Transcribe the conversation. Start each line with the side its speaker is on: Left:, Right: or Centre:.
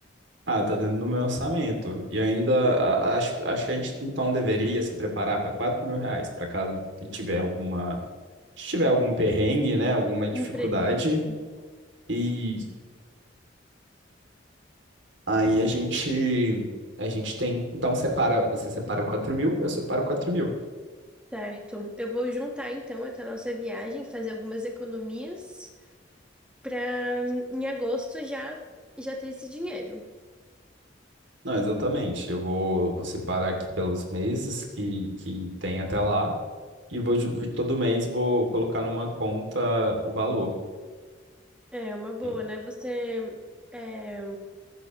Right: Ah, tá dentro do meu orçamento. E ainda a- acho, acho que a gente então deveria se preparar para quatro mil reais, para caso tiver alguma, se tiver algum perrengue, né, alguma dificuldade.
Centre: Imprevisto?
Right: Isso. Aí a gente a gente tem, então separa, você separa quatro mil, eu separo quatro mil.
Centre: Certo. Eu vou juntar então essa nossa viagem, fazer algumas economias para em agosto já já ter esse dinheiro.
Right: Não, exatamente. Eu vou, vou separar aqui pelos meses que, que tem até lá e vou ju- todo mês vou colocar numa conta o valor.
Centre: É uma boa,
Right: É,
Centre: né? Você é,